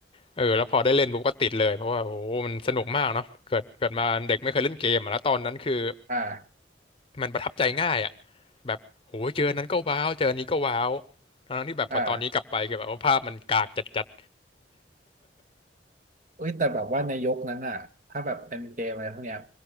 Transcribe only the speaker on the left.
เออแล้วพอได้เล่นปุ๊บก็ติดเลยเพราะว่าโอ้โหมันสนุกมากเนาะเกิดเกิดมาเด็กไม่เคยเล่นเกมอะแล้วตอนนั้นคือ
มันประทับใจง่ายอะแบบโหเจอนนั้นก็ว้าวเจออันนี้ก็ว้าวทั้งที่แบบพอตอนนี้กลับไปคือแบบว่าภาพมันกากจัด